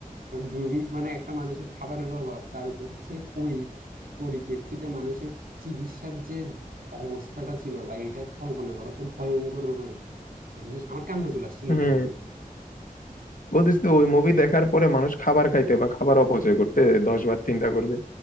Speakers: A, on the right (about 90°); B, on the left (about 65°).
A: দুর্ভিক্ষ মানে একটা মানুষের খাবারের অভাব তার উপর হচ্ছে ওই পরিপ্রেক্ষিতে মানুষের চিকিৎসার যে অবস্থাটা ছিল বা এটা কল্পনা করা তো ভয়ঙ্কর রকমের কেমনে আমার কান্না চলে আসছে
B: হুম
A: লিটারেলি
B: বলতিস তো ওই মুভি দেখার পরে মানুষ খাবার খাইতে বা খাবার অপচয় করতে দশ বার চিন্তা করবে